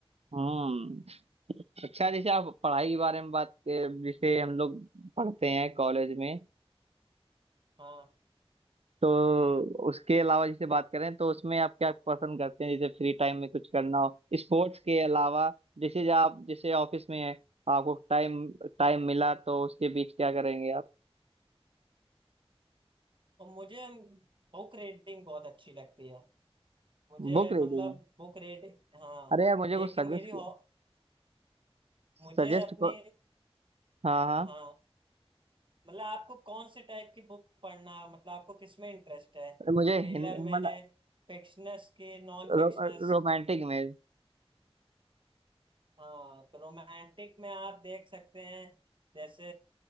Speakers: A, on the right; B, on the right.
A: हम्म अच्छा जैसे आप पढ़ाई के बारे में बात जैसे हम लोग पढ़ते हैं कॉलेज में
B: हाँ
A: तो उसके अलावा जैसे बात करें तो उसमें आप क्या पसंद करते हैं जैसे फ्री टाइम में कुछ करना हो स्पोर्ट्स के अलावा जैसे जो आप जैसे ऑफिस में है आपको टाइम टाइम मिला तो उसके बीच क्या करेंगे आप
B: और मुझे बुक रीडिंग बहुत अच्छी लगती है मुझे
A: बुक रीडिंग
B: मतलब बुक रीडिंग हाँ
A: अरे यार मुझे कुछ
B: एक
A: सजेस्ट
B: मेरी हो मुझे
A: सजेस्ट
B: अपनी
A: को हाँ हाँ
B: हाँ मतलब आपको कौन से टाइप की बुक पढ़ना मतलब आपको किस में इंटरेस्ट है
A: मुझे
B: थ्रिलर
A: हिं- हिंदुस्तान
B: में फिक्शनस की नॉन
A: रो,
B: फिक्शनस
A: रोमांटिक इमेज
B: हाँ तो रोमांटिक में आप देख सकते हैं जैसे